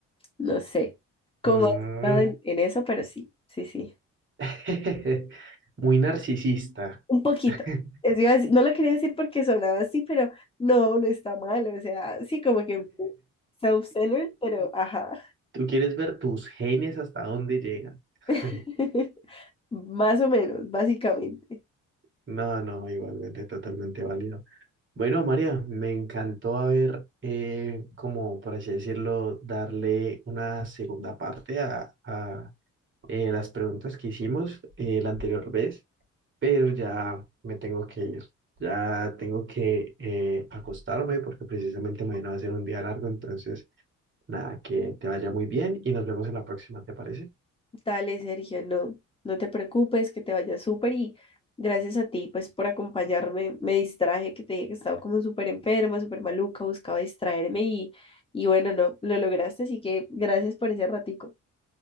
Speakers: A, on the left (about 20°); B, on the right (about 40°).
A: no sé, como
B: Mm.
A: más centrado en, en eso, pero sí, sí, sí,
B: <laughs> Muy narcisista.
A: un poquito.
B: <laughs>
A: Es iba a decir- No lo quería decir porque sonaba así, pero no, no está mal, o sea, sí, como que self-centered, pero ajá.
B: ¿Tú quieres ver tus genes hasta dónde llegan?
A: <laughs>
B: <laughs>
A: Más o menos, básicamente.
B: No, no, igualmente totalmente válido. Bueno, María, me encantó haber, eh, como por así decirlo, darle una segunda parte a, a, eh, las preguntas que hicimos eh, la anterior vez, pero ya me tengo que ir. Ya tengo que eh, acostarme porque precisamente mañana va a ser un día largo, entonces nada, que te vaya muy bien y nos vemos en la próxima, ¿te parece?
A: Dale, Sergio, no, no te preocupes, que te vaya súper y gracias a ti, pues, por acompañarme. Me distraje, que te dije que estaba como súper enferma, súper maluca, buscaba distraerme y, y bueno, no, lo lograste, así que gracias por ese ratico.